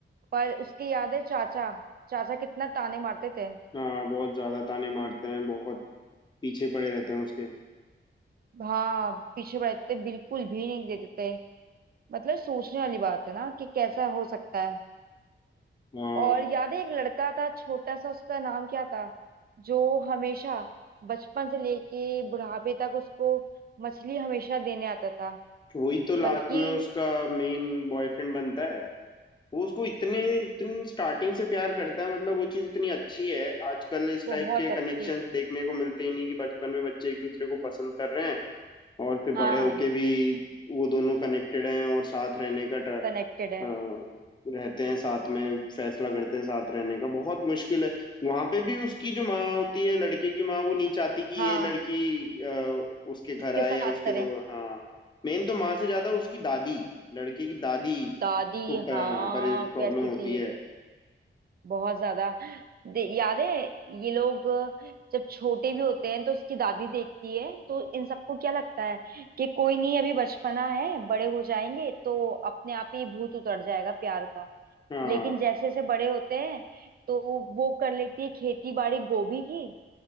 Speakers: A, on the right; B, on the left.
A: पर उसके याद है चाचा चाचा कितना ताने मारते थे
B: हाँ बहुत ज्यादा ताने मारते हैं बहुत पीछे पड़े रहते हैं उसके
A: हाँ पीछे पड़े थे बिल्कुल भी नहीं देते थे मतलब सोचने वाली बात है ना कि कैसा हो सकता है
B: हाँ
A: और याद है एक लड़का था छोटा सा उसका नाम क्या था जो हमेशा बचपन से लेके बुढ़ापे तक उसको मछली हमेशा देने आता था
B: वही तो लास्ट
A: बल्कि
B: में उसका मेन बॉयफ्रेंड बनता है वो उसको इतने इतने स्टार्टिंग से प्यार करता है मतलब वो चीज इतनी अच्छी है आजकल इस
A: बहुत
B: टाइप के
A: अच्छी
B: कनेक्शंस देखने को मिलते ही नहीं कि बचपन में बच्चे एक दूसरे को पसंद कर रहे हैं और फिर
A: हाँ
B: बड़े होके भी वो दोनों कनेक्टेड हैं और साथ रहने का ट्र-
A: कनेक्टेड है
B: अ, रहते हैं साथ में फैसला करते हैं साथ रहने का बहुत मुश्किल है वहां पे भी उसकी जो माँ होती है लड़के की माँ वो नहीं चाहती कि
A: हाँ
B: ये लड़की अ, उसके घर
A: इसके
B: आए
A: साथ
B: या उसके
A: करें
B: दो हाँ मेन तो माँ से ज्यादा उसकी दादी लड़के की दादी
A: दादी
B: को पर,
A: हाँ
B: पर प्रॉब्लम
A: कैसी
B: होती
A: थी
B: है
A: बहुत ज्यादा दे- याद है ये लोग जब छोटे भी होते हैं तो उसकी दादी देखती है तो इन सबको क्या लगता है कि कोई नहीं अभी बचपना है बड़े हो जाएंगे तो अपने आप ही भूत उतर जाएगा प्यार का
B: हाँ
A: लेकिन जैसे जैसे बड़े होते हैं तो वो कर लेती है खेती बाड़ी गोभी की